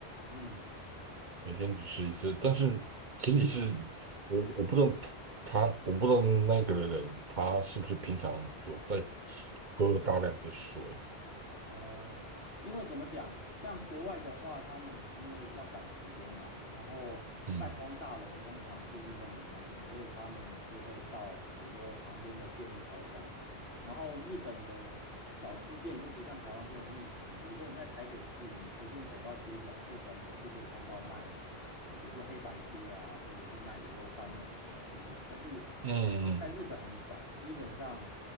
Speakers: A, on the left (about 65°); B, on the right (about 50°).
A: 嗯。
B: 每天只吃一次，但是前提是我我不知道他，我不知道那个人他是不是平常有在喝大量的水。
A: 哦，因为怎么讲，像国外的话，他们因为要赶时间嘛，然后办公大楼通常附近都没餐厅，
B: 嗯
A: 所以他们就会到比如说旁边的便利超商，然后日本的小吃店又不像台湾这么密集，比如说你在台北市，你随便走到街角或转角就可以看到卖呃，比如说黑白切啊，或者是卖卤肉饭那种小吃店，但是
B: 嗯嗯
A: 在日本很少，基本上